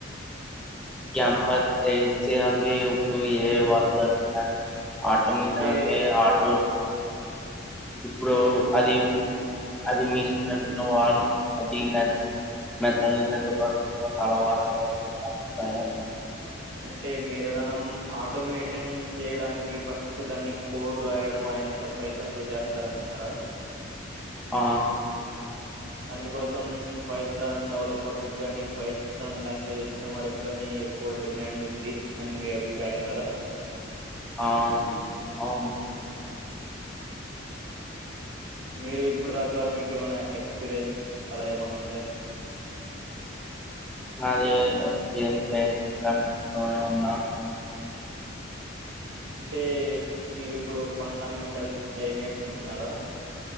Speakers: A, in the centre; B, on the right.
A: ఎమ తెయిచ అంది ఎరు ఏ వాళ్తారు ఆటో మెషీన్
B: అంటే
A: అంటి
B: ఆహా
A: ఆటో ఇప్పుడు అది అది మిషన్ నడిన వారం అది మె మెత్తంట చాలా వాత అ
B: అంటే మీరడన ఆటోమేషన్ చేయడానికి ఫస్ట్ దాన్ని కోడ్ రాయడం ఎంత పైతంత చేస్తారంటున్నారా
A: ఆ
B: అందుకోసం పైథాన్ డెవలపర్స్ కానీ పైథాన్ లాంగ్వేజ్ వచ్చిన వారికి కానీ ఎక్కువ డిమాండ్ ఉంది అని మీ అభిప్రాయం కదా
A: ఆ అఓ
B: మీరు ఇప్పుడు దాకా మీకు ఏమైనా ఎక్స్పీరియన్స్ అలా ఏమైన్నా ఉంది
A: నాదిన్నా
B: అంటే మీరి ఇప్పుడు ఫండమెంటల్స్ అయినెట్స్ నుకుంటున్నారా